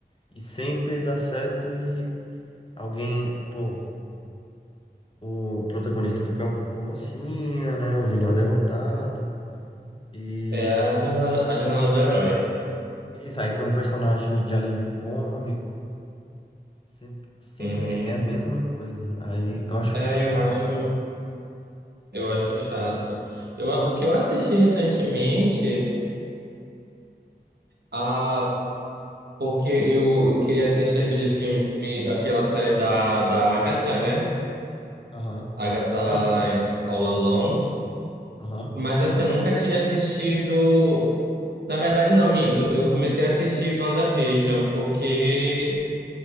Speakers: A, on the left; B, on the right.
A: e sempre dá certo e alguém, pô, o protagonista fica com a mocinha, né? O vilão é derrotado. E
B: É a jornada, a jornada do herói.
A: isso, aí tem um personagem de alívio cômico. Sempre, sempre
B: Uhum.
A: é a mesma coisa. Aí eu acho
B: É,
A: um pouco
B: eu
A: chato.
B: acho, eu acho chato. Eu, o que eu assisti recentemente, ah, porque eu, eu queria assistir aquele filme, aquela série da, da Agatha, né?
A: Aham.
B: Agatha
A: Não, eu-
B: All Along.
A: aham.
B: Mas assim, eu nunca tinha assistido. Na verdade, não, minto. Eu comecei a assistir WandaVision porque